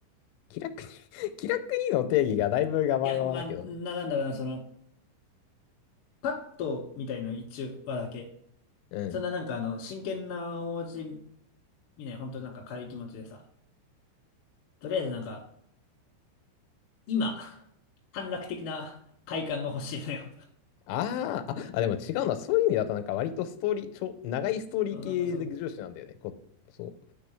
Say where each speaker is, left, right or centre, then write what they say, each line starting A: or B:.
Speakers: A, on the left; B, on the left.
A: 気楽に <laughs> 気楽にの定義がだいぶガバガバだけどね。
B: いや、まあ、な、なんだろうな、その、パッとみたいの一話だけ。
A: うん。
B: そんななんかあの、真剣な面持ち見ない、本当なんか軽い気持ちでさ、とりあえずなんか、今、短絡的な快感が欲しいのよ。
A: あーあ、あ、
B: <laughs> うん
A: でも違うな。そういう意味だとなんか割とストーリー、ちょ、長いストーリー系の重視なんだよね。
B: そう、なんかそう、
A: こ、そ